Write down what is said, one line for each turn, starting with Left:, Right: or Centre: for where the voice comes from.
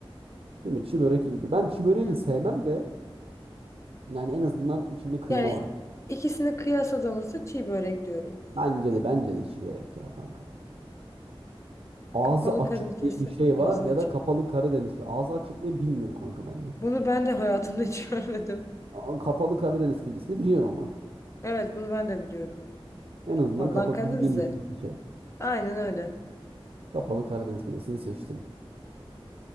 Right: Değil mi? Çi börek iyiydi. Ben çi böreği
Left: Hı.
Right: de sevmem de yani en azından içinde kıyma
Left: Yani
Right: var.
Left: ikisini kıyasladığımızda çiğ börek diyorum.
Right: Bence de bence de çi börek ya kanka. Ağzı
Left: Kapalı
Right: açık
Left: kadifesi
Right: diye bir şey
Left: ağzı
Right: var ya
Left: açık.
Right: da kapalı Karadeniz. pidesi. Ağzı açık diye bilmiyorum kanka ben de.
Left: Bunu ben de hayatımda hiç <laughs> görmedim.
Right: Aa, Kapalı Karadeniz pidesini biliyorum ama.
Left: Evet bunu ben de biliyorum.
Right: En azından
Left: Ablan
Right: kapa
Left: Karadenizli.
Right: bildiğim bir şey seçelim.
Left: Aynen öyle.
Right: Kapalı Karadeniz pidesini seçtim.